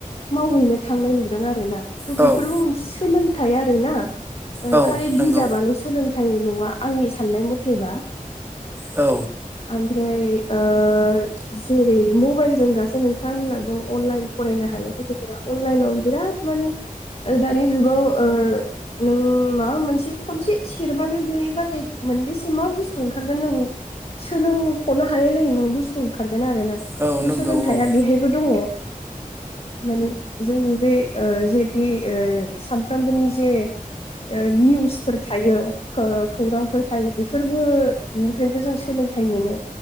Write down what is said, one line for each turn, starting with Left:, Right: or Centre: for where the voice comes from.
Left: मावहैनो थांनाय नुदों आरो ना थ'
Right: औ
Left: बेफोरबो मोनसे सोलोंथाइ आर ना ओ
Right: औ
Left: खालि
Right: नंगौ
Left: बिजाबाल' सोलोंथाइ नङा आंनि सान्नाय मुथेबा।
Right: औ
Left: आमफ्राय ओ जेरै मबाइलजों दासो नोंथाङा होनलांदों अनलाइन फरायनो हायो गथ'फोरा अनलाइनाव बिराद मानि दानि जुगाव नों माबा मोनसे खनसे सेरबानो बेनि बागै मोनबेसे मा बुस्थु ओंखारगोन नों सोलोंख'नो हालाय लाय नों बुस्थु ओंखारगोन आरोोना
Right: औ
Left: थ'
Right: नंगौ
Left: सोलोंथायाइा
Right: औ
Left: बेहायबो दङ माने जोंनि बे ओ जेेति ओ सामफ्रामबोनि जे ओ निउसफोर थायो खो-खौरांफोर थायो बेफोरबो निफ्रायबो जों सोलों थाइ मोनो।